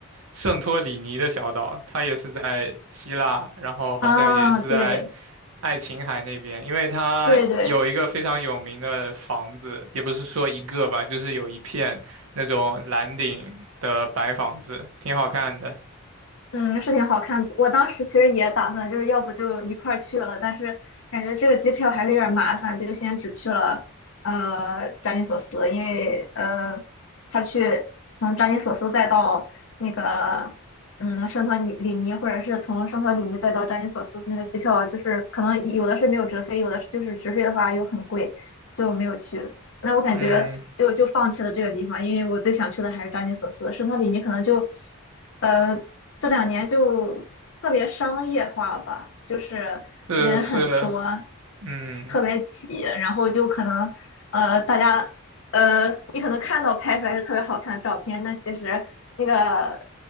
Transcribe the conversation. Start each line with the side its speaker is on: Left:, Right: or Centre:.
Right: 圣托里尼的小岛，它也是在希腊，然后好像也是在
Left: 啊，对
Right: 爱琴海那边，因为它有一个非常有名的房子，
Left: 对对，
Right: 也不是说一个吧，就是有一片那种蓝顶的白房子，挺好看的。
Left: 嗯，是挺好看。我当时其实也打算，就是要不就一块儿去了，但是感觉这个机票还是有点儿麻烦，就先只去了呃扎金索斯，因为呃他去从扎金索斯再到那个嗯圣托里里尼，或者是从圣托里尼再到扎金索斯那个机票，就是可能有的是没有直飞，有的是就是直飞的话又很贵，就没有去。那我感觉就就放弃了这个地方，
Right: 嗯，
Left: 因为我最想去的还是扎金索斯。圣托里尼可能就，呃，这两年就特别商业化吧，就是人很多，
Right: 是是，嗯，
Left: 特别挤，然后就可能，呃，大家，呃，你可能看到拍出来是特别好看的照片，那其实那个